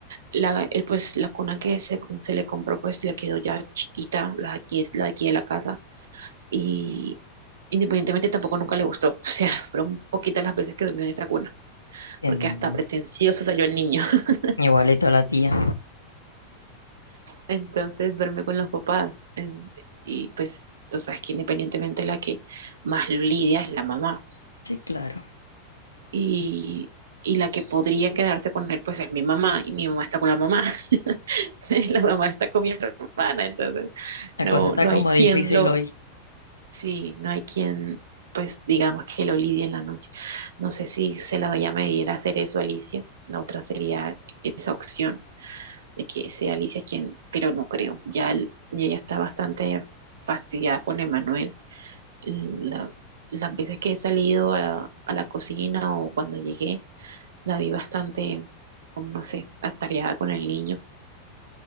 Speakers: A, on the right; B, on the left.
A: la, él, pues, la cuna que se, se le compró, pues le quedó ya chiquita, la, aquí es la de aquí de la casa, y independientemente tampoco nunca le gustó. O sea, <laughs> fueron poquitas las veces que durmió en esa cuna,
B: entiendo
A: porque hasta
B: mi amor.
A: pretencioso salió el niño. <laughs>
B: Igualito a la tía.
A: Entonces duerme con los papás. en- y pues tú sabes que independientemente la que más lo lidia es la mamá.
B: Sí, claro.
A: Y, y la que podría quedarse con él, pues es mi mamá, y mi mamá está con la mamá. <laughs> Y la mamá está con mi hermana, entonces
B: La
A: no,
B: cosa está
A: no
B: como
A: hay quien
B: difícil
A: lo,
B: hoy
A: Sí, no hay quien, pues digamos que lo lidie en la noche. No sé si se la vaya a medir a hacer eso a Alicia. La otra sería esa opción de que sea Alicia quien, pero no creo. Ya el- y ella está bastante fastidiada con Emanuel. La- las veces que he salido a a la cocina o cuando llegué, la vi bastante, como no sé, atareada con el niño.